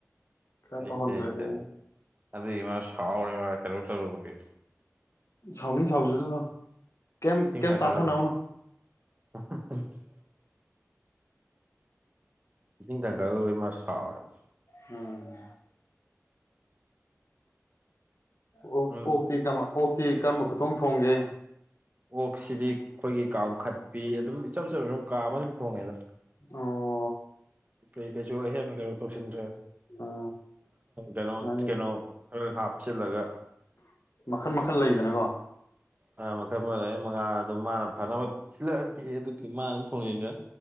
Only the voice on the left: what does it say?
ꯈꯔ
ꯇꯧꯍꯟꯗ꯭ꯔꯗꯤ
ꯁꯥꯎꯅꯤꯡ ꯁꯥꯎꯁꯤꯗꯅꯣ ꯀꯩꯝ
ꯀꯩꯝ
ꯇꯥꯁꯟꯅꯧꯅꯣ
ꯎꯝ ꯑꯣ
ꯑꯣꯛꯇꯤ ꯀ ꯑꯣꯛꯇꯤ ꯀꯔꯝꯕ ꯈꯨꯇꯣꯡ ꯊꯣꯡꯒꯦ
ꯑꯣ
ꯑꯣ
ꯃꯥꯅꯦ
ꯃꯈꯟ ꯃꯈꯟ ꯂꯩꯗꯅꯀꯣ